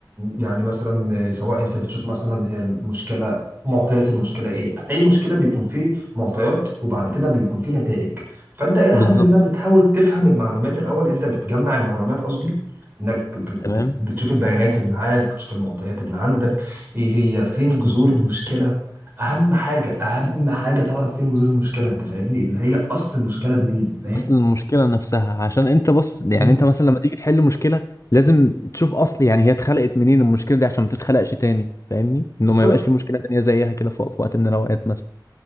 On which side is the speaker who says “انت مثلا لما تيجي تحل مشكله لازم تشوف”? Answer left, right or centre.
Left